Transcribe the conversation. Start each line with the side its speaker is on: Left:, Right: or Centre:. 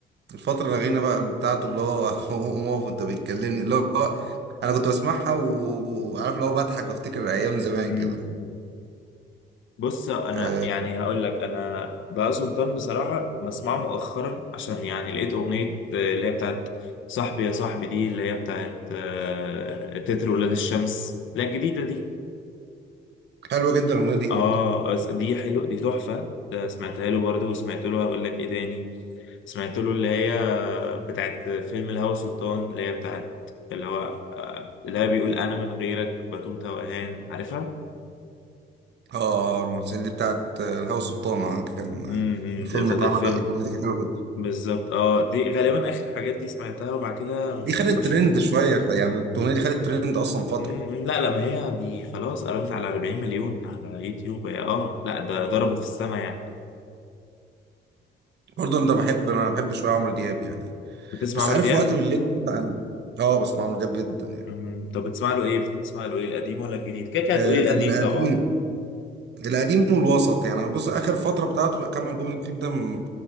Right: الفتره الاخيره بقى بتاعته اللي هو <laughs> قوم اقف انت بتكلمني اللي هو انا كنت بسمعها و- وعارف اللي هو بضحك بفتكر ايام زمان
Left: واحده
Right: كده
Left: بص انا
Right: آه،
Left: يعني هقول لك انا بقى سلطان بصراحه بسمعه مؤخرا عشان يعني لقيت اغنيه آه، اللي هي بتاعت صاحبي يا صاحبي دي اللي هي بتاعت آه، تتر ولاد الشمس لا الجديده دي
Right: حلوه جدا الاغنيه دي
Left: اه
Right: برضه
Left: أس- دي حلوه دي تحفه ده سمعتها له برضو وسمعت له هقول لك ايه تاني سمعت له اللي هي بتاعت فيلم الهوى سلطان اللي هي بتاعت اللي هو آه، اللي هي بيقول انا من غيرك بتوته واهان عارفها
Right: اه رومانسيه دي بتاعت آه، بهاء سلطان آه، كان
Left: امم
Right: الفيلم
Left: بتاعت
Right: اللي اتعمل
Left: الفيلم
Right: ده، الاغنيه دي كانت حلوه جدا
Left: بالظبط اه دي غالبا اخر حاجات دي سمعتها وبعد كده ما
Right: دي
Left: سمعتوش
Right: خدت ترند
Left: من
Right: شويه يعني الاغنيه دي خدت ترند اصلا فتره
Left: مم، لا لا ما هي دي خلاص قربت على 40 مليون على يوتيوب هي اه لا ده ضربت في السما يعني
Right: برضه انت بحب انا بحب شويه عمرو دياب يعني
Left: بتسمع
Right: بس
Left: عمرو
Right: عارف
Left: دياب؟
Right: وقت بالليل كده عن- اه بسمع عمرو دياب جدا يعني
Left: مم، طب بتسمع له ايه؟ بتحب تسمع له ايه القديم ولا الجديد؟ كده كده هتقولي
Right: آه
Left: القديم
Right: القديم
Left: طبعا
Right: القديم والوسط يعني أنا بص اخر فتره بتاعته كام البوم الاخير ده م-